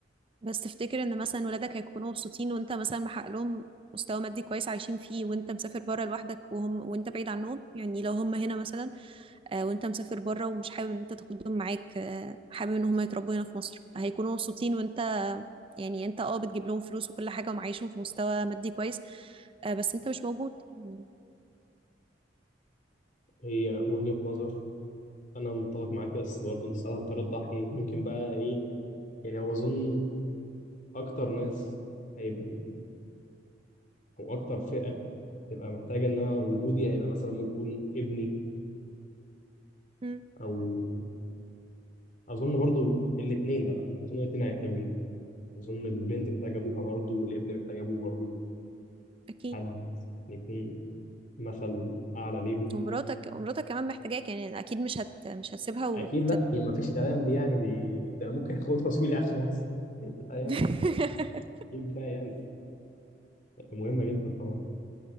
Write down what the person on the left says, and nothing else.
هي وجهة نظر انا متفق معاك بس برضه انت ساعات هتضطر تضحي ممكن بقى ايه يعني هو اظن اكتر ناس هيبقوا او اكتر فئة تبقى محتاجة ان انا وجودي هيبقى مثلا ممكن يكون ابني
او اظن برضه الاثنين لا لا اظن الاثنين هيحتاجوني اظن البنت محتاجة ابوها برضه والابن محتاج ابوه برضه
حد يكون مثل اعلى ليهم
اكيد لا هي ما فيش كلام دي يعني دي ده انا ممكن <laughs> اخدها واسيب لي قاعد في مصر <laughs> لا يعني
اكيد لا يعني مهمة جدا طبعا